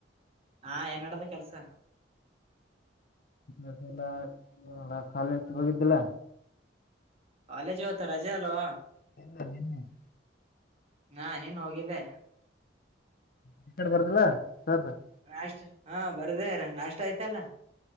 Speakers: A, on the right; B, on the left.
A: ಹಾ ಏನ ನಡದದ ಕೆಲ್ಸಾ?
B: ಏನು ಇಲ್ಲಾ ಹಾ ಕಾಲೇಜ್ ಹೋಗಿದ್ದಿಲ್ಲ?
A: ಕಾಲೇಜ್ ಇವತ್ತ್ ರಜೆ ಅಲ್ಲೊ.
B: <unintelligible>
A: ನಾ ನೀನ್ನೇ ಹೋಗಿದ್ದೆ.
B: <unintelligible> ಬರ್ದಿಲ್ಲಾ ಹೇಳ್ತೇನ್
A: ಅಷ್ಟೇ ಹಾ ಬರ್ದೇರ ನಾಷ್ಟ ಆಯ್ತಲ್ಲಾ?